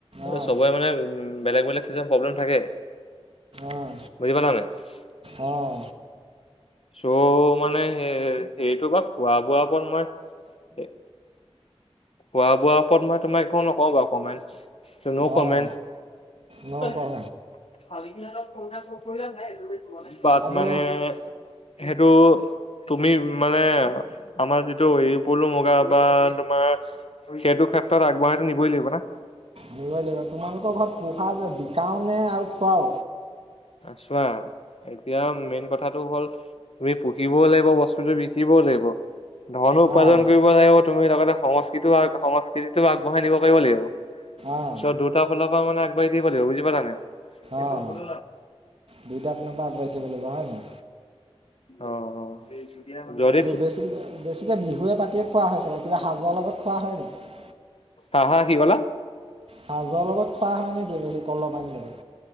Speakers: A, on the left; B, on the right.
A: এই
B: অঁ
A: চবৰে মানে উ বেলেগ বেলেগ কিছুমান প্ৰব্লেম থাকে
B: অঁ
A: বুজি পালানে? <unintelligible>
B: অঁ
A: চ' মানে হ সেইটো বা খোৱা বোৱাৰ ওপৰত মই খোৱা বোৱাৰ ওপৰত মই তোমাক একো নকওঁ বাৰু কমেণ্ট নো কমেণ্ট
B: অঁ নকওঁ
A: <unintelligible> তাত
B: আজি
A: মানে সেইটো তুমি মানে আমাৰ যিটো হেৰি পলো মুগা বা তোমাৰ সেইটো ক্ষেত্ৰত আগবঢ়াইটো নিবই লাগিব না
B: নিবই তোমালোকৰ ঘৰত পোহা যে বিকাওঁ নে আৰু খুৱও
A: চোৱা এতিয়া মেইন কথাটো হ'ল তুমি পুহিবও লাগিব বস্তুতটো বিকিবও লাগিব ধনো উপাৰ্জন
B: অঁ
A: কৰিব লাগিব তুমি লগতে সংস্কৃতিও সংস্কৃতিতো আগবঢ়াই নিব পৰিব লাগিব
B: অঁ
A: চ দুটা ফালৰ পৰা মানে আগবাঢ়ি থাকিব লাগিব বুজি পালা নাই এই
B: অঁ
A: ভুল
B: দুইটা পিনৰ পৰা আগবাঢ়ি থাকিব লাগিব হয় নাই
A: <unintelligible> অঁ যদি
B: বেছি বেছিকৈ বিহুৱে পাতিয়ে খোৱা হয় চাগে সাজৰ লগত খোৱা হয় নেকি?
A: নহয় কি কলা
B: সাজৰ লগত খোৱা হয় নেকি বেছি কলৰ পানীৰ লগত